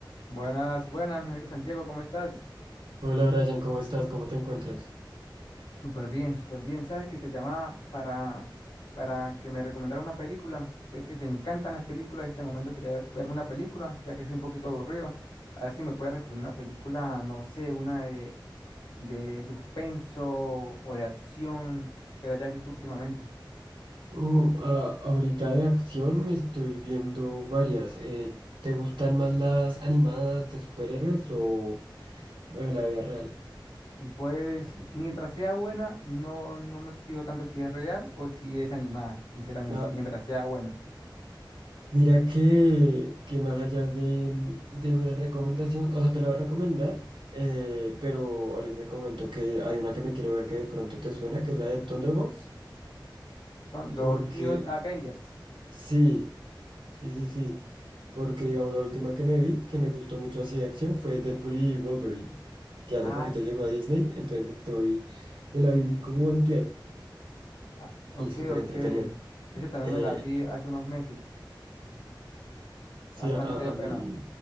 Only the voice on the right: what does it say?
Hola Brian, ¿cómo estás? ¿Cómo te encuentras?
Uh, ah, ahorita de acción me estoy viendo varias. Eh, ¿te gustan más las animadas de superhéroes o, o de la vida real?
Ah,
mira que, que más allá de, mm, de una recomendación, o sea, te la voy a recomendar, eh, pero ahorita te comento que hay una que me quiero ver que de pronto te suena, que es la de Thunderbolts,
porque
sí. Sí, sí, sí. Porque, digamos, la última que me vi, que me gustó mucho así de acción, fue Deadpool y Wolverine, que hace
poquito llegó a Disney, entonces estoy, me la vi como antier
y súper
entretenida.
Eh,
sí,
a, a- a mí